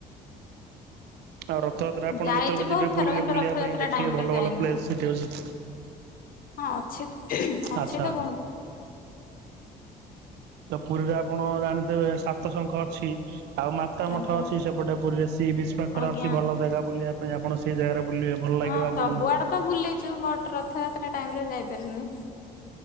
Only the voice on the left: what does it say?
ଯାଇଛି
ବହୁତ ଥର
କିନ୍ତୁ
ରଥଯାତ୍ରା
ଟାଇମ ରେ
ଯାଇନି।
ହଁ ଅଛିତ ଅଛି
ତ ବହୁତ।
ଆଜ୍ଞା
ଆଜ୍ଞା।
ହଁ
ସବୁଆଡେ ତ ବୁଲିଛୁ ବଟ ରଥଯାତ୍ରା ଟାଇମରେ ଯାଇପାରନି।